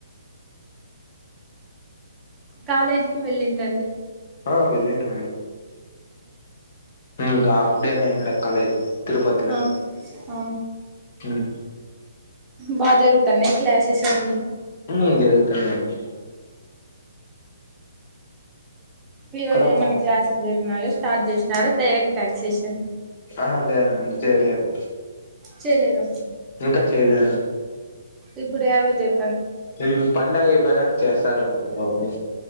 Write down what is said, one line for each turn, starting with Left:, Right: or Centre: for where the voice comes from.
Right: కాలేజీకిి వెళ్ళింటండి
Left: ఆ వెళ్లిండు ఇగ హాఫ్ డేనే అంట కాలేజీ తిరుపతిలో
Right: ఆ ఆ
Left: ఉమ్
Right: బా జరుగుతనే క్లాస్సేస్ అన్ని
Left: ఉమ్ జరుగుతునాయి అండి
Right: ఈ
Left: ఇక్కడ
Right: రోజు ఏమైన్నా క్లాసులు జరిగినయో స్టార్ట్ చేసినారో డైరెక్ట్ వ్యాక్సేషన్
Left: ఆహా చేయలేదు
Right: చేయలేదా
Left: ఇంకా చేయలేదని
Right: ఇప్పుడ అవేజర్
Left: ఇది పండగ అయిపోయినాక చేస్తారు ఏమో మౌని